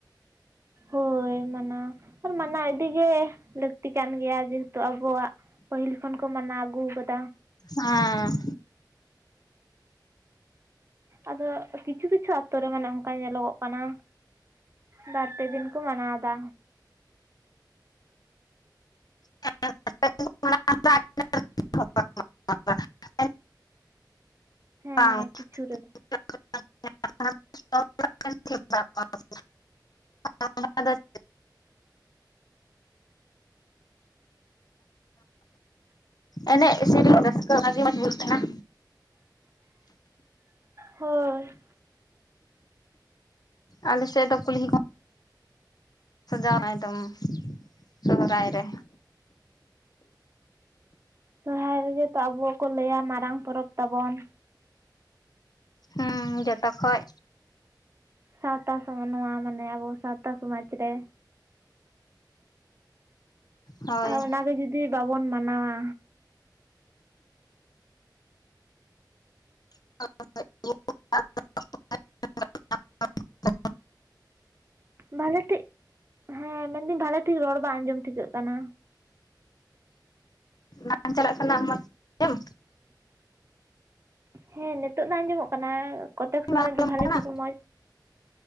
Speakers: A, on the right; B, on the left.
A: ᱦᱳᱭ ᱢᱟᱱᱟ ᱟᱨ ᱢᱟᱱᱟᱣ ᱤᱫᱤᱜᱮ ᱞᱟᱹᱠᱛᱤ ᱠᱟᱱ ᱜᱮᱭᱟ ᱡᱮᱦᱮ ᱼᱼ ᱛᱚ ᱟᱵᱚᱣᱟᱜ ᱯᱟᱹᱦᱤᱞ ᱠᱷᱚᱱ ᱠᱚ ᱢᱟᱱᱟᱣ ᱟᱹᱜᱩ ᱠᱟᱫᱟ.
B: ᱚᱸᱻᱚᱸ
A: ᱟᱫᱚ ᱠᱤᱪᱷᱩ ᱠᱤᱪᱷᱩ ᱟᱛᱳ ᱨᱮ ᱢᱟᱱᱮ ᱚᱱᱠᱟ ᱧᱮᱞᱚᱜᱚᱜ ᱠᱟᱱᱟ ᱵᱟᱨᱯᱮ ᱫᱤᱱ ᱠᱚ ᱢᱟᱱᱟᱣᱫᱟ
B: <inaudible>
A: ᱦᱮᱸ
B: <inaudible>
A: ᱠᱤᱪᱷᱩ ᱨᱮᱫᱚ
B: <unintelligible>
A: <inaudible>
B: ᱮᱱᱮᱡ ᱥᱮᱨᱮᱧ ᱨᱟᱹᱥᱠᱟᱹ ᱚᱱᱟ ᱜᱮ ᱢᱚᱡᱽ <inaudible> ᱛᱟᱦᱮᱱᱟ
A: ᱦᱳᱭ
B: ᱟᱞᱮ ᱥᱮᱫ ᱫᱚ ᱠᱩᱞᱦᱤ ᱠᱚ ᱥᱟᱡᱟᱣᱟ ᱮᱫᱚᱢ ᱥᱚᱦᱚᱨᱟᱭ ᱨᱮ
A: ᱥᱚᱦᱚᱨᱟᱭ ᱨᱮᱜᱮ ᱛᱚ ᱟᱵᱚ ᱠᱚ ᱞᱟᱹᱭᱟ ᱢᱟᱨᱟᱝ ᱯᱚᱨᱚᱵᱽ ᱛᱟᱵᱚᱱ
B: ᱦᱩᱢᱻ ᱡᱚᱛᱚ ᱠᱷᱚᱡ
A: ᱥᱟᱶᱛᱟ ᱥᱚᱢᱟᱱ ᱱᱚᱣᱟ ᱢᱟᱱᱮ ᱟᱵᱚ ᱥᱟᱶᱛᱟ ᱥᱚᱢᱟᱡᱽ ᱨᱮ
B: ᱦᱳᱭ
A: ᱟᱨ ᱚᱱᱟᱜᱮ ᱡᱩᱫᱤ ᱵᱟᱵᱚᱱ ᱢᱟᱱᱟᱣᱟ
B: <inaudible>
A: ᱵᱷᱟᱞᱮ ᱴᱷᱤᱡ ᱦᱮᱸ ᱢᱮᱱᱫᱟᱹᱧ ᱵᱷᱟᱞᱮ ᱴᱷᱤᱠ ᱨᱚᱲ ᱵᱟᱝ ᱟᱸᱡᱚᱢ ᱴᱷᱤᱠᱟᱹᱜ ᱠᱟᱱᱟ
B: <inaudible> ᱪᱟᱞᱟᱜ ᱠᱟᱱᱟ ᱢᱚᱡ <inaudible> ᱛᱮᱢ
A: ᱦᱮᱸ ᱱᱤᱛᱳᱜᱱᱟ ᱟᱸᱡᱚᱢᱚᱜ ᱠᱟᱱᱟ ᱠᱚᱛᱮᱠ ᱥᱚᱢᱚᱭ
B: ᱵᱟᱝ ᱟᱸᱡᱚᱢᱚᱜ
A: ᱫᱚ ᱵᱷᱟᱞᱮ
B: ᱠᱟᱱᱟ
A: ᱴᱷᱤᱠ ᱢᱚᱸᱡᱽ